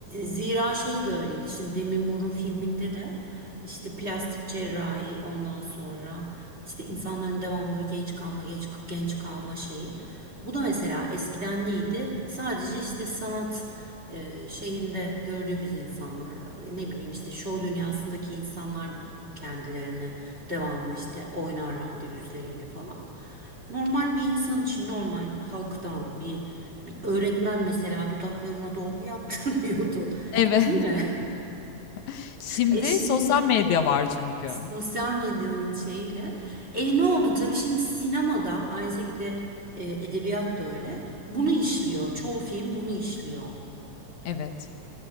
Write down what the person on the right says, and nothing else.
zira şey de öyleydi. Şimdi Demi Moore'un filminde de işte plastik cerrahi ondan sonra işte insanların devamlı bir genç kalma, genç, genç kalma şeyi. Bu da mesela eskiden neydi? Sadece işte sanat e, şeyinde gördüğümüz insanlar, ne bileyim işte şov dünyasındaki insanlar kendilerini devamlı işte oynarlardı yüzleriyle falan. Normal bir insan için normal halktan bir, bir öğretmen mesela dudaklarına dolgu <laughs> yaptırmıyordu.
Değil mi? <laughs>
E şimdi
sosyal medyanın şeyiyle. E ne oldu? Tabii şimdi sinemada aynı şekilde e, edebiyat da öyle. Bunu işliyor. Çoğu film bunu işliyor.